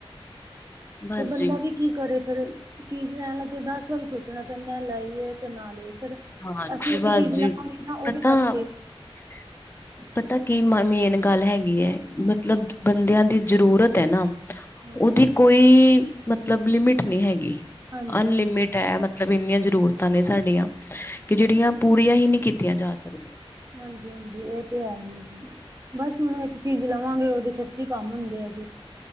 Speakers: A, on the left (about 20°); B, on the right (about 30°).
A: ਬਸ
B: ਤੇ ਬੰਦਾ
A: ਜੀ
B: ਵੀ ਕੀ ਕਰੇ ਫਿਰ ਚੀਜ਼ ਲੈਣ ਲੱਗੇ ਦਸ ਵਾਰੀ ਸੋਚਣਾ ਪੈਂਦਾ ਲਈਏ ਕਿ ਨਾ ਲਈਏ ਫਿਰ
A: ਹਾਂਜੀ
B: ਅਸੀਂ ਇੱਕ
A: ਬਸ
B: ਚੀਜ਼
A: ਜੀ
B: ਲਾਵਾਂਗੇ ਨਾ ਓਦੇ
A: ਪਤਾ
B: ਖ਼ਰਚੇ
A: <inaudible> ਪਤਾ ਕੀ ਮੇਨ ਗੱਲ ਹੈਗੀ ਹੈ ਮਤਲਬ ਬੰਦਿਆਂ ਦੀ ਜ਼ਰੂਰਤ ਹੈ ਨਾ
B: ਹਾਂ
A: ਉਹਦੀ ਕੋਈ ਮਤਲਬ ਲਿਮਿਟ ਨਹੀਂ ਹੈਗੀ
B: ਹਾਂਜੀ
A: ਅਨਲਿਮਿਟ
B: ਹਾਂਜੀ
A: ਹੈ ਮਤ ਮਤਲਬ ਇੰਨੀਆਂ ਜ਼ਰੂਰਤਾਂ ਨੇ ਸਾਡੀਆਂ ਕੀ ਜੇੜੀਆਂ ਪੂਰੀਆਂ ਹੀ ਨੀਂ ਕੀਤੀਆਂ ਜਾ ਸਕਦੀਆਂ।
B: ਹਾਂਜੀ-ਹਾਂਜੀ, ਏ ਤੇ ਹੈਹੀ ਐ ਜੀ। ਬਸ ਹੁਣ ਇੱਕ ਚੀਜ਼ ਲਵਾਂਗੇ, ਓਦੇ ਛੱਤੀ ਕੰਮ ਹੁੰਦੇ ਐ ਜੀ।